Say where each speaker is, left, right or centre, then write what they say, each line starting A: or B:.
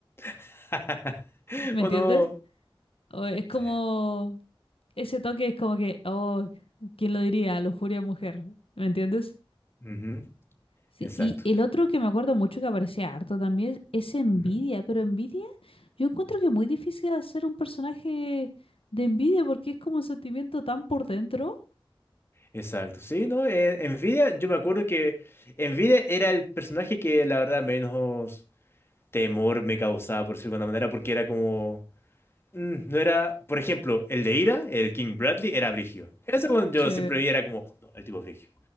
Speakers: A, on the left (about 25°); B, on the left (about 80°).
A: <laughs>
B: ¿Me
A: ¿O
B: entiendes?
A: no?
B: O es como,
A: Sí.
B: ese toque es como que, oh, ¿quién lo diría? Lujuria mujer. ¿Me entiendes?
A: Ujú,
B: Sí,
A: Exacto.
B: y el otro que me acuerdo mucho que aparecía harto también es Envidia,
A: Ujú,
B: pero Envidia yo encuentro que es muy difícil hacer un personaje de Envidia porque es como un sentimiento tan por dentro.
A: Exacto. Sí, ¿no? Eh, Nvidia, yo me acuerdo que Nvidia era el personaje que la verdad menos temor me causaba, por decirlo manera, porque era como... mm, No era, por ejemplo, el de Ira, el King Bradley, era brigio. Eso cuando
B: Sí.
A: yo siempre vi era como, no, el tipo es brigio.